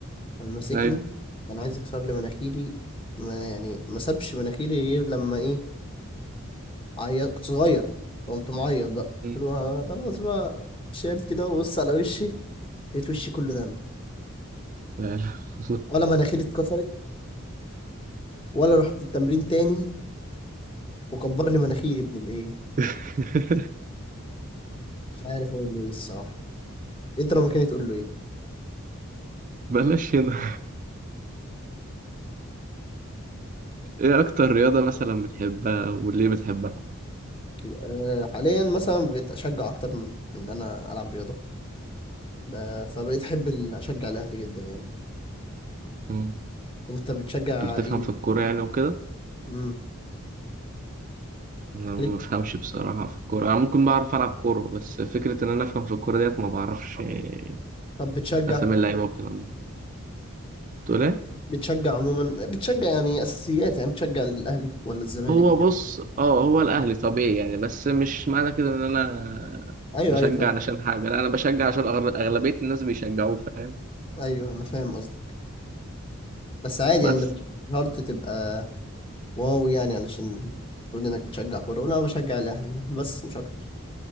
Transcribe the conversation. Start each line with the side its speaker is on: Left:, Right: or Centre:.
Left: فمسكني
Right: ايوه
Left: كان عايز يكسر لي مناخيري ما يعني ما سابش مناخيري غير لما ايه عيط كنت صغير قمت معيط بقى
Right: مم.
Left: قلت له آه، خلاص بقى شالت كده وبص على وشي لقيت وشي كله دم
Right: لا لا. والله.
Left: ولا مناخيري اتكسرت ولا رحت التمرين تاني وكبر لي مناخيري ابن الايه
Right: <laughs>
Left: مش عارف اقول له ايه الصراحه انت لو مكاني تقول له ايه
Right: بلاش هنا ايه اكتر رياضة مثلا بتحبها وليه بتحبها
Left: أه حاليا مثلا بقيت اشجع اكتر من من ان انا العب رياضه ب- فبقيت احب ال- اشجع الاهلي جدا يعني
Right: مم.
Left: انت بتشجع
Right: بتفهم
Left: ايه
Right: في الكورة يعني وكده
Left: امم
Right: انا ما
Left: خليك-
Right: بفهمش بصراحة في الكورة انا ممكن بعرف العب كورة بس فكرة ان انا افهم في الكورة ديت ما بعرفش <laughs> إيه،
Left: طب بتشجع
Right: اسامي اللعيبة والكلام ده تقول ايه
Left: بتشجع عموما بتشجع يعني اساسيات يعني بتشجع الاهلي ولا الزمالك
Right: هو
Left: كده
Right: بص اه هو الاهلي طبيعي يعني بس مش معنى كده ان انا
Left: ايوه
Right: بشجع
Left: ايوه فاهم
Right: علشان حاجة لا انا بشجع عشان أغل- اغلبية الناس بيشجعوه فاهم
Left: ايوه انا فاهم قصدك بس عادي
Right: بس
Left: يعني ده مش شرط تبقى واو يعني علشان تقول انك بتشجع كوره ولا انا بشجع الاهلي بس مش اكتر